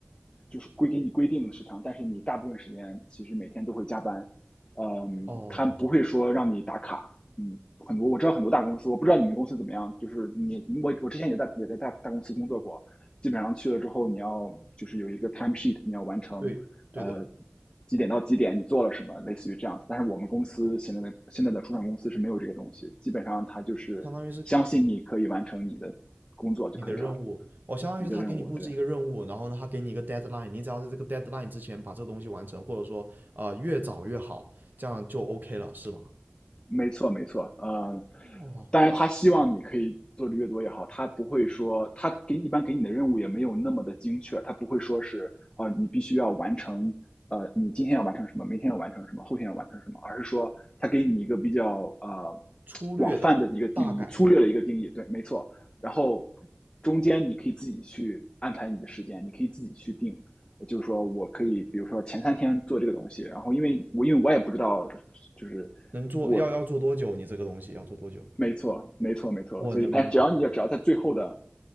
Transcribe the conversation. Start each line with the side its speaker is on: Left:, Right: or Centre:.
Left: 就是规给你规定的时长，但是你大部分时间其实每天都会加班，嗯，
Right: 哦，
Left: 他不会说让你打卡，嗯，很多我知道很多大公司，我不知道你们公司怎么样，就是你我我之前也在也在大大公司工作过，基本上去了之后你要就是有一个 time sheet，你要完成，
Right: 对对的，
Left: 呃。几点到几点你做了什么，类似于这样子。但是我们公司现在的现在的初创公司是没有这个东西，基本上他就是相信你可以完成你的工作就可以了。
Right: 相当于是你的任务哦，相当于是他给你布置一个任务，
Left: 你的任务，对，
Right: 然后呢，他给你一个 deadline，你只要在这个 deadline 之前把这个东西完成，或者说啊、呃越早越好，这样就 OK 了，是吗？
Left: 没错，没错，呃，
Right: 哦，
Left: 当然他希望你可以做的越多越好，他不会说他给一般给你的任务也没有那么的精确，他不会说是啊、你必须要完成，呃，你今天要完成什么，明天要完成什么，后天要完成什么，而是说他给你一个比较呃
Right: 粗略的大概
Left: 广泛的一个定义，粗略的一个定义，对，没错，然后中间你可以自己去安排你的时间，你可以自己去定。呃就是说我可以，比如说前三天做这个东西，然后因为我因为我也不知道，就是我
Right: 能做要要做多久？你这个东西要做多久？
Left: 没错，没错，没错。
Right: 我能明白，
Left: 所以，但只要你只要在最后的